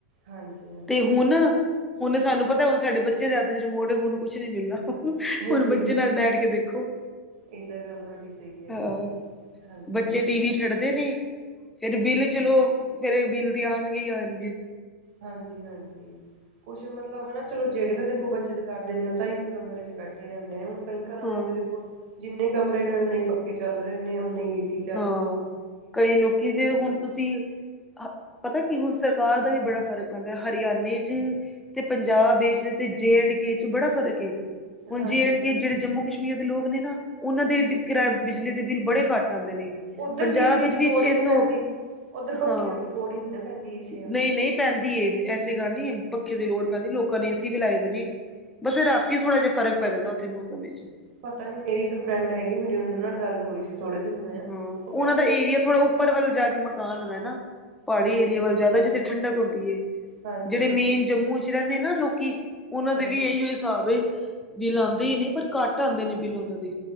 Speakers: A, on the right; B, in the centre.
A: ਹਾਂਜੀ ਹਾਂਜੀ
B: ਤੇ
A: ਇਹ
B: ਹੁਣ,
A: ਤਾਂ
B: ਹੁਣ ਸਾਨੂੰ ਪਤਾ ਹੁਣ ਸਾਡੇ ਬੱਚੇ ਦੇ ਹੱਥ 'ਚ ਰਿਮੋਟ ਹੈ, ਹੁਣ ਕੁਛ ਨੀ ਮਿਲਣਾ।
A: ਗੱਲ
B: ਹੁਣ
A: ਸਹੀ
B: ਬੱਚੇ
A: ਹੈ
B: ਨਾਲ ਬੈਠ ਕੇ ਦੇਖੋ।
A: ਇਹ ਤਾਂ ਗੱਲ ਤੁਹਾਡੀ ਸਹੀ ਹੈ
B: ਹਾਂ
A: ਜੀ, ਹਾਂਜੀ।
B: ਬੱਚੇ
A: ਹਾਂਜੀ
B: ਟੀ ਵੀ ਛੱਡਦੇ ਨਈ ਫਿਰ ਬਿੱਲ ਚਲੋ, ਫੇਰ ਬਿੱਲ ਤੇ ਆਉਣਗੇ ਹੀ ਆਣਗੇ।
A: ਹਾਂਜੀ ਹਾਂਜੀ ਕੁਛ ਮਤਲਬ ਹੈਨਾ ਚਲੋ, ਜਿਹੜੇ ਤਾਂ ਦੇਖੋ ਬੱਚਤ ਕਰਦੇ ਨੇ ਉਹ ਤਾਂ ਇੱਕ ਕਮਰੇ ਚ ਬੈਠੇ ਰਹਿੰਦੇ ਨੇ ਹੁਣ। ਕਈ ਘਰਾਂ
B: ਹਾਂ।
A: ਦੇ ਵਿੱਚ ਦੇਖੋ, ਜਿੰਨੇ ਕਮਰੇ ਨੇ ਉਨੇ ਹੀ ਪੱਖੇ ਚੱਲ ਰਹੇ ਨੇ, ਓਨੇ ਹੀ ਏ ਸੀ।
B: ਹਾਂ ਕਈ ਲੋਕੀ ਦੇ ਹੁਣ
A: ਨਾ
B: ਤੁਸੀਂ। ਪਤਾ ਕੀ, ਹੁਣ ਸਰਕਾਰ ਦਾ ਵੀ ਬੜਾ ਫ਼ਰਕ ਪੈਂਦਾ ਹੈ, ਹਰਿਆਣੇ ਚ। ਤੇ ਪੰਜਾਬ ਇਸ, ਤੇ ਜੇ ਐਂਡ ਕੇ ਚ ਬੜਾ ਫਰਕ ਏ ਹੁਣ
A: ਹਾਂਜੀ
B: ਜੇ ਐਂਡ ਕੇ ਜਿਹੜੇ ਜੰਮੂ ਕਸ਼ਮੀਰ ਦੇ ਲੋਕ ਨੇ ਨਾ, ਉਹਨਾਂ ਦੇ ਕਿਰਾਏ ਬਿਜਲੀ ਦੇ ਬਿੱਲ ਬੜੇ ਘੱਟ। ਜਾਂਦੇ ਨੇ।
A: ਉੱਧਰ
B: ਪੰਜਾਬ
A: ਬਿਜਲੀ
B: ਵਿੱਚ
A: ਦੀ
B: ਵੀ
A: ਲੋੜ
B: ਛੇ
A: ਹੀ ਨਹੀਂ
B: ਸੌ
A: ਪੈਂਦੀ ਉੱਧਰ ਪੱਖਿਆਂ
B: ਹਾਂ
A: ਦੀ ਲੋੜ ਹੀ ਨੀ ਨਾ ਪੈਂਦੀ ਏਸੀਆਂ ਦੀ
B: ਨਹੀਂ ਨਹੀਂ। ਪੈਂਦੀ ਐ, ਐਸੀੇ ਗੱਲ ਨੀ ਪੱਖੇ ਦੀ ਲੋੜ ਪੈਂਦੀ, ਲੋਕਾਂ ਨੇ ਏ ਸੀਂ ਵੀ ਲਾਏ ਦੇਣੀ। ਬਸ ਰਾਤੀ ਥੋੜ੍ਹਾ ਜਿਹਾ ਫਰਕ ਪੈ ਜਾਂਦਾ, ਉੱਥੇ ਮੌਸਮ ਵਿੱਚ।
A: ਪਤਾ ਨੀ ਮੇਰੀ ਇੱਕ ਫਰੈਂਡ ਹੈਗੀ, ਮੇਰੀ ਉਹਨਾਂ ਨਾਲ ਗੱਲ ਹੋਈ ਸੀ। ਥੋੜੇ ਦਿਨ ਹੋਇਆ
B: ਹੂੰ,
A: ਉਹ ਕਹਿੰਦੇ
B: ਉਹਨਾਂ ਦਾ ਏਰੀਆ
A: ਸਾਨੂੰ
B: ਥੋੜਾ ਉੱਪਰ ਵੱਲ ਜਾ ਕੇ। ਹੈਨਾ ਪਹਾੜੀ
A: ਹਾਂਜੀ
B: ਏਰੀਏ ਵੱਲ ਜ਼ਿਆਦਾ, ਜਿੱਥੇ ਠੰਡਕ ਹੁੰਦੀ ਹੈ,
A: ਹਾਂਜੀ
B: ਜਿਹੜੇ
A: ਹਾਂਜੀ
B: ਮੇਨ ਜੰਮੂ 'ਚ। ਜਿੱਥੇ ਰਹਿੰਦੇ ਨਾ ਲੋਕੀ, ਉਹਨਾਂ ਦੇ
A: ਹਾਂਜੀ
B: ਵੀ ਇਹੀ ਹਿਸਾਬ ਹੈ। ਬਿੱਲ ਆਉਂਦੇ ਹੀ ਨੇ, ਪਰ ਘੱਟ ਆਉਂਦੇ ਨੇ ਬਿੱਲ ਉਹਨਾਂ ਦੇ,